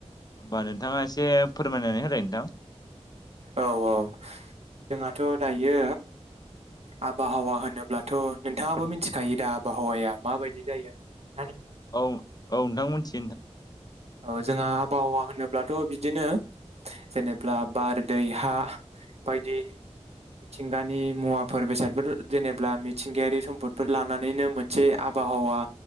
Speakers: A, on the left; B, on the right.
A: बा नोंथाङा एसे फोरमायनानै होलाय नोंथां ।
B: औ-औ जोंहाथ' दायो आबहावा होनोब्लाथ' नोंथाङाबो मिथिखायो दा आबहावाया माबायदि जायो होननानै ।
A: औ-औ नोंथां मोनथि
B: औ-औ जोंहा आबहावा होनोब्लाथ' बिदिनो जेनेब्ला बार दै हा बायदि । मिथिंगानि मुवाफोर बेसादफोर जेनेबा मिथिंगायारि सम्पदफोर लानानैनो मोनसे आब आबहावा